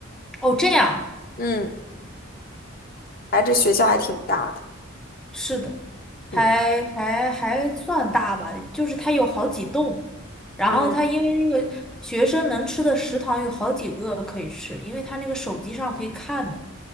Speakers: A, in the centre; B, on the left.
A: 哦，这样
B: 嗯，哎，这学校还挺大的。
A: 是的，还还还算大吧，
B: 嗯
A: 就是它有好几栋，然后它因为那个学生能吃的食堂有好几个可以吃，
B: 嗯，
A: 因为它那个手机上可以看的，